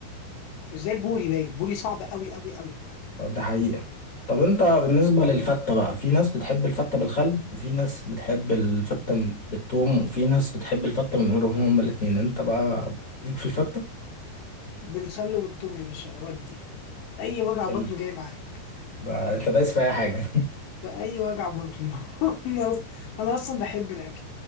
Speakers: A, on the left; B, on the left.
A: مش زي البوري باين البوري صعب قوي قوي قوي
B: ده حقيقة طب انت بالنسبة
A: م-
B: للفتة
A: م.
B: بقى في ناس بتحب الفتة بالخل وفي ناس بتحب الفتة م- بالثوم وفي ناس بتحب الفتة من غيرهم هما الاتنين انت بقى ليك في الفتة
A: بالخل والثوم يا باشا ودي اي وجع
B: ال...
A: بطن جاي معاك
B: ده انت دايس في اي حاجة
A: فأي وجع بطن <laughs> أنا أص- أنا أصلا بحب الأكل